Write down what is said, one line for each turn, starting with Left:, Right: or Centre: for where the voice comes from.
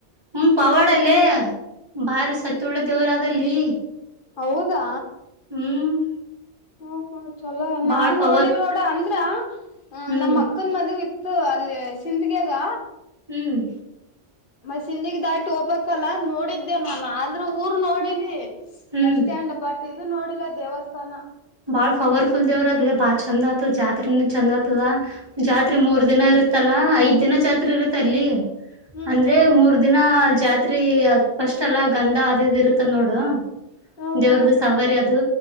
Right: ಹ್ಮ ಪವಾಡಲ್ಲೇ ಬಾರಿ ಸತ್ತ್ ಉಳ್ದ ಶಿವರಾಜ್ ದಲ್ಲಿ
Left: ಹೌದಾ
Right: ಹ್ಮ್
Left: ಹ್ಮ ಹ್ಮ ಚಲೋ
Right: ಬಾಳ್
Left: ನಾನ್
Right: ಪವರ್
Left: ನೋಡಿಲ್ ನೋಡ್ ಅಂದ್ ಆ ಹ್
Right: ಹ್ಮ್
Left: ನಮ್ಮ್ ಮಕ್ಕನ್ ಮದುವೆ ಇತ್ತು ಅಲ್ಲಿ ಸಿಂದಗ್ಯಾಗ್
Right: ಹ್ಮ್
Left: ಮ ಸಿಂದಿಗ್ ದಾಟಿ ಹೋಗ್ಬಕಲ ನೋಡಿದ್ದೆ ನಾನ್ ಆದ್ರ ಊರ್ ನೋಡಿನಿ.
Right: ಹ್ಮ್
Left: ಬಸ್ ಸ್ಟ್ಯಾಂಡ್ ಬಟ್ ಇದು ನೋಡಿಲ್ಲ ದೇವಸ್ಥಾನ.
Right: ಬಾಳ್ ಪವರ್ಫುಲ್ ದೇವರ್ ಲೆ ಬಾ ಛಂದತ್ ಜಾತ್ರೆನು ಚಂದಾತದ್ ಜಾತ್ರೆ ಮೂರ್ ದಿನ ಇರುತ್ತಲ್ಲಾ ಐದ್ ದಿನ ಜಾತ್ರೆ ಇರುತ್ತ್ ಅಲ್ಲಿ.
Left: ಹ್ಮ್
Right: ಅಂದ್ರೆ
Left: ಹ್ಮ್
Right: ಮೂರ್ ದಿನ ಜಾತ್ರಿ ಅ ಫಸ್ಟ್ ಅಲ್ಲ ಗಂಧ ಅದು ಇದ್ ಇರುತ್ತದ ನೋಡು.
Left: ಹ್ಮ್
Right: ದೇವ್ರ್ದ
Left: ಹ್ಮ್
Right: ಸವಾರಿ ಅದು